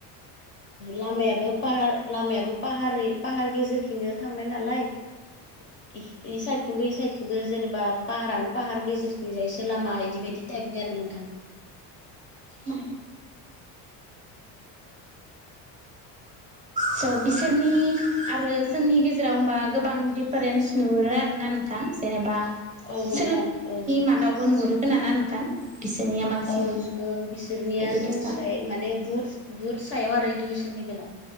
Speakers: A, on the left; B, on the right.
A: लामायाबो पाहार लामायाबो पाहारै पाहार गेजेरखं थांनाय नालाय इ साइदखंबो इ साइदखंबो जेनेबा पाहारानो पाहार गेजेरथिंजायसो लामा इदि बायदि थाइबनि आरो नोथां
B: <unintelligible> स' बिसोरनि आरो जोंनि गेजेराव होमबा गोबां दिफारेन्स नुहुरो आरोना नोंथां जेनेबा
A: औ
B: सोलोंथाइनि
A: नोंथां औ
B: मादावबो नुहुरोखोन ना नोंथां बिसोरनिया बांसिन
A: औ नोंथां औ बिसोरनिया
B: इडुकेसन
A: जोंनिस्राय माने बुहुत बुहुत सायाव आरो इडुकेसननि बेला